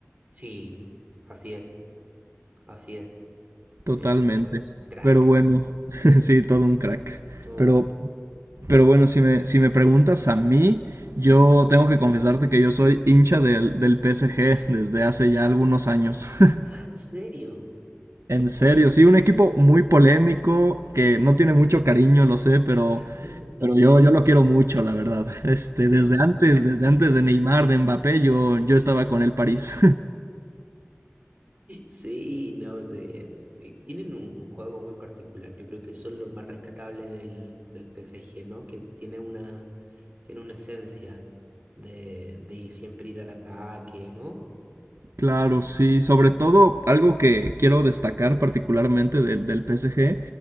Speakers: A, on the right; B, on the right.
A: Sí, así es, así es.
B: totalmente.
A: Sí, el loco es un crack,
B: Pero bueno, <laughs> sí, todo un crack.
A: todo
B: Pero
A: un crack.
B: Pero bueno, si me, si me preguntas a mí, yo tengo que confesarte que yo soy hincha del, del PSG desde hace ya algunos años. <laughs>
A: Ah, ¿en serio?
B: En serio, sí, un equipo muy polémico, que no tiene mucho cariño, lo sé, pero,
A: <laughs>
B: pero yo, yo lo quiero mucho, la verdad. Este, desde antes, desde antes de Neymar, de Mbappé, yo, yo estaba con el París.
A: Sí, no sé. Tienen un, un juego muy particular. Yo creo que eso es lo más rescatable del, del P. S G. ¿no? Que tiene una, tiene una esencia de, de siempre ir al ataque, ¿no?
B: Claro, sí. Sobre todo, algo que quiero destacar particularmente del, del PSG